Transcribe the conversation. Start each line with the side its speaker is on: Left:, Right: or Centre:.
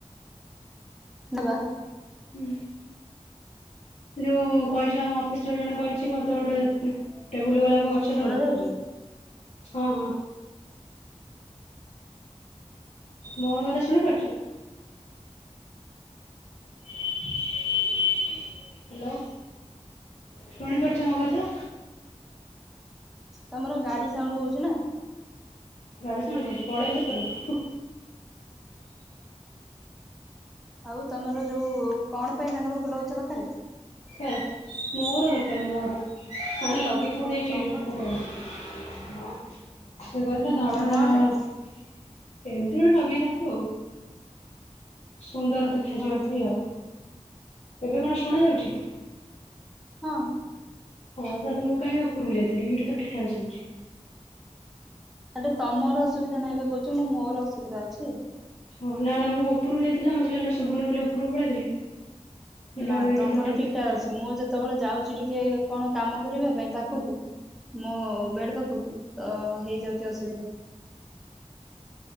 Centre: ନବା
Left: ହୁଁ ଯୋଉ କହିଛ ଆମ ଅଫିସ ର ଜଣେ କହିଛି, ମତେ ଗୋଟେ ଟେବୁଲ ଗଲାପ ଗଛ
Centre: ଶୁଣା
Left: ଦବ।
Centre: ଯାଉଛି
Left: ହଁ ହଁ। ମୋ କଥା ଶୁଣିପାରୁଛ? <inaudible> ହ୍ୟାଲୋ ଶୁଣିପାରୁଛ ମୋ କଥା?
Centre: ତମର ଗାଡି ସାଉଣ୍ଡ ହଉଛ ନା।
Left: ଗାଡ଼ି ସାଉଣ୍ଡ ହଉଛି ପଳେଇବି ଭିତରୁକୁ।
Centre: ଆଉ ତମର ଯୋଉ, କଣ ପାଇଁ ତାଙ୍କର ଫୁଲ ଗଛ ଦରକାର?
Left: ଦରକାର ମୋର ଦରକାର ମୋର ଆଣିକି ଲଗେଇଥାନ୍ତି
Centre: ଆଉ ତମର
Left: ଏପଟ ର ସେ କହିଥିଲା ଧଳା ଆଣିବା।
Centre: କଣ ପାଇଁ
Left: ଏମିତି ଗୋଟେ ଲଗେଇଥାନ୍ତି ଆଉ ସୁନ୍ଦର ଦେଖ ଦେଖାଯିବା
Centre: ହଁ
Left: ପାଇଁ ଆଉ, ଏବେ କଣ ଶୁଣାଯାଉଛି କି?
Centre: ହଁ।
Left: ହଁ ଭଲ ମୁଁ କାହିଁ ଉପରକୁ ଯାଇଥିଲି, ଏଇଠି ତ ଠିକଠାକ ଶୁଭୁଛି।
Centre: ହେଲେ ତମର ଅସୁବିଧା ନାହିଁ ବା କହୁଛି ମୁଁ ମୋର ଅସୁବିଧା ଅଛି।
Left: ଓହ ନା ନା ମୁଁ ଉପରକୁ ଯାଇଥିଲ, ମତେ ଲାଗିଲା ଶୁଭୁନି ବୋଲି ଉପରକୁ ପଳେଇଥିଲି। ଦେଖିଲା
Centre: ନା
Left: ବେଳକୁ ଏଇଠି
Centre: ତମର
Left: ତ ଠିକ୍
Centre: ଠିକ
Left: ଶୁଭୁଛି
Centre: ଠାକ ଅଛି, ମୁଁ ଯେତେବେଳେ ଯାଉଛି ଟିକେ କଣ କାମ କରିବା ପାଇଁ ପାଖକୁ ମୋ ବେଡ ପାଖକୁ, ତ ହେଇଯାଉଛି ଅସୁବିଧା।